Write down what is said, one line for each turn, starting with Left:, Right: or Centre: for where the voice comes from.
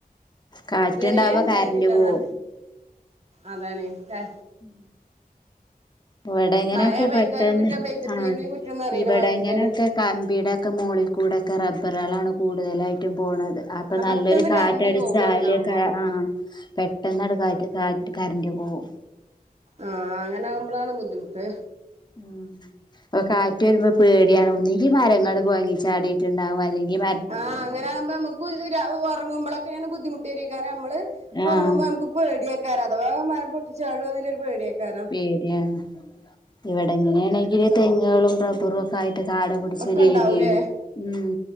Left: കാറ്റുണ്ടാവുമ്പോ
Right: ത് വരേ ണ്ടായിരുന്നില്ല
Left: കറന്റ്
Right: അതാ.
Left: പോവും
Right: അതാണ് കാ...
Left: ഉം ഇവടെ ഇങ്ങനൊക്കെ
Right: മഴ പെയ്താലും
Left: പെട്ടെന്ന്
Right: കുറ്റം പെയ്തിട്ടില്ലെങ്കിലും
Left: ആഹ്.
Right: കുറ്റംന്ന് അറിയണ
Left: ഇവടെ
Right: മാതിരിയാണ്
Left: ഇങ്ങനൊക്കെ കമ്പിയുടേക്കെ മോളിൽ കൂടെക്കെ റബ്ബറാളാണ് കൂട്തലായിട്ടും പോണന്നത്. അ... അപ്പൊ
Right: ആ
Left: നല്ലൊരു
Right: പെട്ടെന്ന്
Left: കാറ്റടിച്ചാ
Right: കറന്റ് പോകും അങ്ങനെ
Left: അയ് ലേക്കാ
Right: ആകുമ്പോ
Left: ഏഹ് ആഹ് പെട്ടെന്നവ്ടെ കാറ്റ് കാറ്റ് കാർൻ്റ് പോവും.
Right: ആഹ് അങ്ങനെ ആവ്മ്പളാണ് ബുദ്ധിമുട്ട്.
Left: ഉം പ്പൊ കാറ്റ് വര്മ്പൊ പേടിയാണ്. ഒന്ന്ങ്കി മരങ്ങള് കൊയങ്ങി ചാടി ട്ടണ്ടാവും. അല്ലെങ്കി മ...
Right: ആഹ് അങ്ങനെയാവ്മ്പം അമ്മക്ക് ഹ് ഹ് രാ ഓർങ്ങുമ്പൊളെക്കെ ങ്ങനെ ബുദ്ധിമുട്ട് വെരേക്കാരം. അമ്മള് ഓർങ്ങുമ്പൊ
Left: ആഹ്
Right: അമ്ക്ക് പേടിയാക്കാരം അഥവാ മഴ പൊട്ടിച്ചാടോ ന്ന്ല്ല ഒരു പേടിയാക്കാരം
Left: പേടിയാണ്. ഇവിടെങ്ങനെയാണെങ്കില് തെങ്ങുകളും റബ്ബറും ക്കായിട്ട് കാട്പടിച്ച
Right: ഒക്കെ
Left: ഒരു
Right: ഇണ്ടാവൂലേ
Left: ഏരിയേണ് ഉം